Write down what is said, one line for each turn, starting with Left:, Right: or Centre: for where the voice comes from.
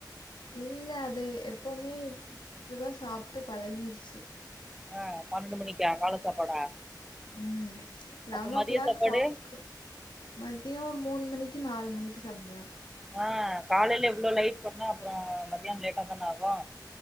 Left: இல்ல அது எப்போமே இப்டிதா சாப்ட்டு பழகிர்ச்சு
Centre: ஆ பன்னண்டு மணிக்கா கால சாப்பாடா
Left: ம் லவன்
Centre: அப்ப மதிய
Left: ஓ க்ளாக்
Centre: சாப்பாடு
Left: சாப்கு மதியோ மூணு மணிக்கு நாலு மணிக்கு சாப்டுவே
Centre: ஆ காலேல இவ்ளோ லேட் பண்ணா அப்பறோ மதியானோ லேட்டா தான ஆகு